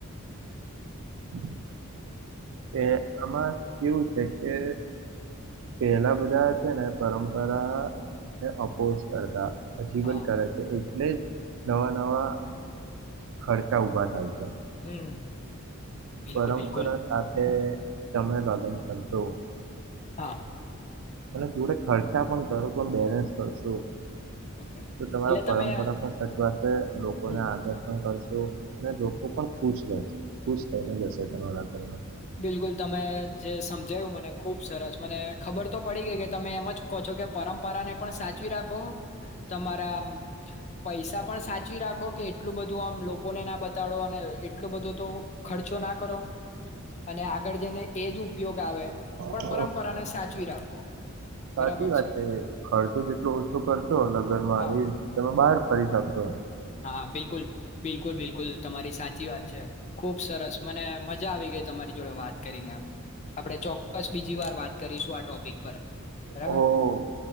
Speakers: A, on the right; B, on the left.
A: <inaudible> એ આમાં કેવું છે કે પેલા બધા છે ને પરંપરા ને અપોષ કરતા. અજીવન
B: હા
A: કરે છે એ ને નવા નવા ખર્ચા ઊભા થાય છે.
B: હમ. બિલકુલ
A: પરંપરા
B: બિલકુલ
A: સાથે સમય ભાગન. સંંતો.
B: હા.
A: અને થોડું ખર્ચા પણ કરો પણ બેલેન્સ કરશો.
B: ઓકે
A: તો તમારા
B: એટલે તમે
A: પરંપરા પણ સચવાશે લોકોને
B: હમ
A: આદર પણ કરશું. ને લોકો પણ ખુશ રહે છે ખુશ થઈને જશે તમારા ઘરમાં.
B: બિલકુલ તમે જે સમજાયું મ ખુબ સરસ મ ખબર તો પડી ગઈ કે તમે એમ જ કહો છો કે પરંપરા ને પણ સાચવી રાખો તમારા પૈસા પણ સાચવી રાખો કે એટલું બધું આમ લોકોને ના બતાડો અને એટલો બધો તો ખર્ચો ના કરો. અને આગળ જઈને એજ ઉપયોગ આવે, પણ
A: હ
B: પરંપરાને સાચવી રાખો,
A: સાચી
B: બરાબર
A: વાત
B: છે.
A: ખર્ચો જેટલો ઓછો કરશો લગ્નમાં
B: હા,
A: એ તમે બહાર ફરી શકશો
B: હા બિલકુલ. બિલકુલ-બિલકુલ. તમારી સાચી વાત છે. ખુબસ રસ, મને મજા આવી ગઈ તમારી વાત કરીને એમ. આપણે ચોક્કસ બીજી વાર વાત કરીશું આ ટોપિક પર. બરાબર!
A: ઓહ